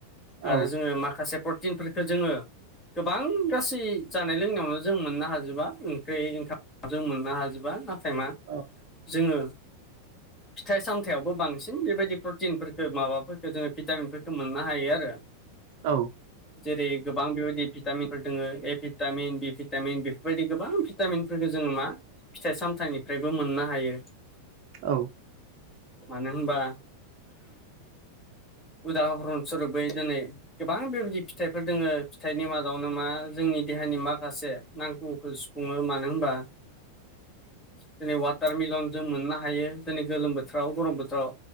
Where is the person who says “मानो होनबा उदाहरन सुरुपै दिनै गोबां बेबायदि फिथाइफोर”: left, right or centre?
Left